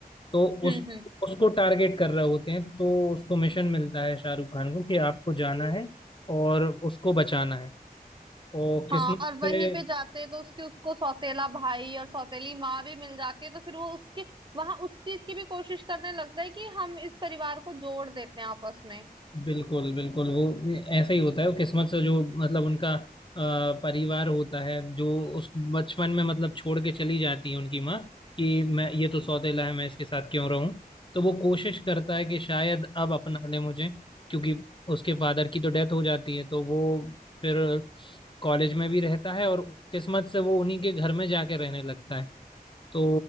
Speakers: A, on the left (about 30°); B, on the right (about 30°).
A: तो
B: हम्म
A: उस
B: हम्म
A: उसको टारगेट कर रहे होते हैं तो उसको मिशन मिलता है शाहरुख खान को कि आपको जाना है और उसको बचाना है वो
B: हाँ
A: किस्मत
B: और वहीं
A: से
B: पे जाते तो उसके उसको सौतेला भाई और सौतेली माँ भी मिल जाती है तो फिर वो उसके वहां उस चीज की भी कोशिश करने लगता है कि हम इस परिवार को जोड़ देते हैं आपस में
A: बिल्कुल बिल्कुल वो ऐसा ही होता है वो किस्मत से जो मतलब उनका अ, परिवार होता है जो उस बचपन में मतलब छोड़ के चली जाती है उनकी माँ कि मैं ये तो सौतेला है मैं इसके साथ क्यों रहूं तो वो कोशिश करता है कि शायद अब अपना ले मुझे क्योंकि उसके फादर की तो डेथ हो जाती है तो वो फिर कॉलेज में भी रहता है और किस्मत से वो उन्हीं के घर में जाके रहने लगता है तो